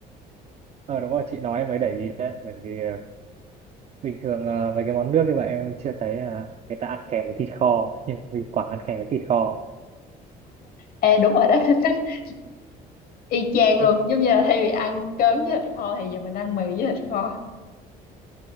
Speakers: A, on the right (about 40°); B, on the left (about 60°).
A: Ờ, đúng rồi, chị nói em mới để ý đấy. Bởi vì ờ, bình thường à, mấy cái món nước như vậy em chưa thấy à, người ta ăn kèm với thịt kho nhưng mà mình Quảng ăn kèm với thịt kho
B: Ê đúng rồi đó. <laughs> Y chang
A: ok
B: luôn, giống như là thay vì ăn cơm với thịt kho thì giờ mình ăn mì với thịt kho.